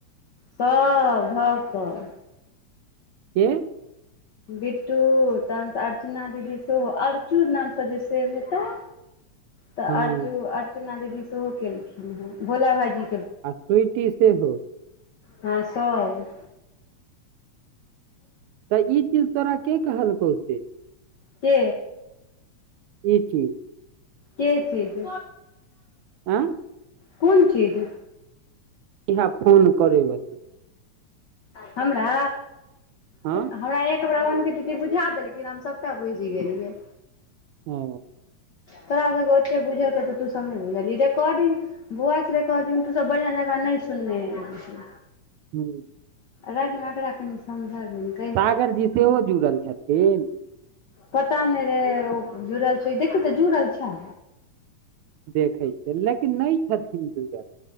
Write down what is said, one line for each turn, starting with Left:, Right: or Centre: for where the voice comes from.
Left: सब ढऽ कऽ
Right: के
Left: बिट्टू तहन सँ अर्चना दीदी सेहो अर्चू नाम स जे सेव हेतो
Right: <inaudible>
Left: तऽ
Right: हँ
Left: अर्चु अर्चना दीदी सेहो केलखिन हेँ भोला भाईजी
Right: आ स्विटी सेहो
Left: हाँ सब
Right: तऽ ई चीज तोरा के कहलकौ से
Left: के
Right: ई चीज
Left: के चीज
Right: आँय
Left: कोन चीज
Right: इहे फोन करै बला
Left: हमरा
Right: हँ
Left: तऽ हमरा एक हमरा अबन्ति दीदी बुझा देलखिन हम सभटा बुझि गेलियै
Right: ओ
Left: तोरा सबके ओते बुझलकौ तऽ तू सब नय बुझलही रेकॉर्डिंग वॉइस रेकॉर्डिंग तू सब बढ़ियाँ जकाँ नय सुनने हेबही
Right: हूँ
Left: राति मे एकरा कनि समझा देबै
Right: सागर जी सेहो जुड़ल छथिन
Left: पता नय रहै ओ जुड़ल छै देखियौ तऽ जुड़ल छै
Right: देखैत छै लेकिन नय छथिन जुड़ल